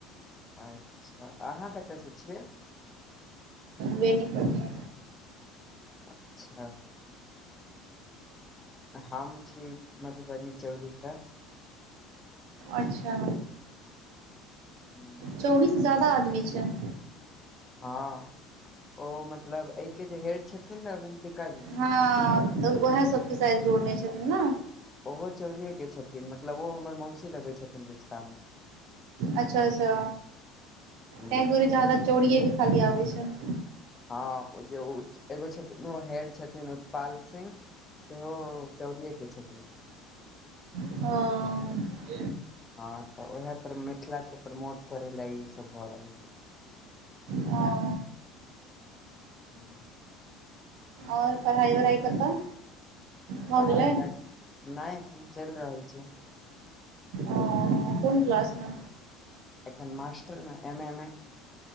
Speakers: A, on the left; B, on the right.
A: अच्छा अहाँ कतयसँ छियै?
B: बेनीपट्टी।
A: अच्छा हम छी मधुबनी चौरी स।
B: अच्छा
A: हूँ
B: चौरी से जा्यदा आदमी छैय।
A: हँ ओ मतलब एहि के जे हेड छथिन ने रन्तिका जी
B: हँ तऽ ओएह सबके सााथ जोड़ने छथिन ने।
A: ओहो चौरीयेके छथिन मतलब ओ हमर मौसी लगै छथिन रिश्ता मे।
B: अच्छा अच्छा
A: हम्म,
B: तै दुरे जादा चोरीए खाली आबे छैय।
A: हँ ओ जे एगो छथिन ओ हेड छथिन उत्पपाल सिंह। सेहो चौरहे के छथिन।
B: ओ
A: हँ तऽ उएह पर मिथिलाके प्रमोट करय ल ईसभ भऽ रहल छैय।
B: ओ
A: हू
B: आओर पढ़ाई वढ़ाइ कतऽ? भऽ
A: पढ़ाइ
B: गेलै
A: वढ़ाइ नहि एखन चलि रहल छैय।
B: ओ कोन क्लास मे?
A: एखन मास्टर मे एम ए में।